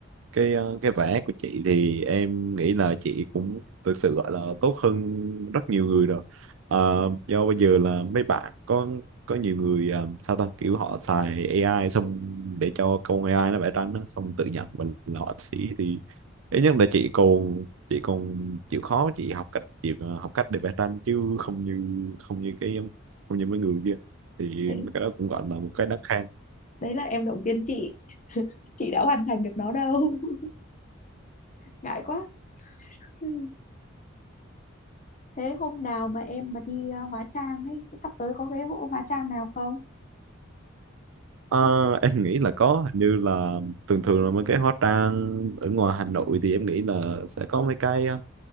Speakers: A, on the right (about 70°); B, on the left (about 35°).
A: cái ờ, cái vẽ của chị thì em nghĩ là chị cũng thực sự gọi là tốt hơn rất nhiều người rồi Ờ, do bây giờ là mấy bạn có có nhiều người ờ, sao ta kiểu họ xài AI xong để cho con AI nó vẽ tranh đó, xong tự nhận mình là họa sĩ thì ít nhất là chị còn chị còn chịu khó chị học cách chị ờ, học cách để vẽ tranh chứ không như không như cái không như mấy người kia thì
B: đấy
A: cái đó cũng gọi là một cái đáng khen
B: đấy là em động viên chị chị đã hoàn thành được nó đâu <laughs> ngại quá Ừ. thế hôm nào mà em mà đi ờ, hóa trang ấy sắp tới có cái hội hóa trang nào không
A: Ờ,
B: chắc cũng-
A: em nghĩ là có hình như là thường thường là mấy cái hóa trang ở ngoài Hà Nội thì em nghĩ là sẽ có mấy cái ờ,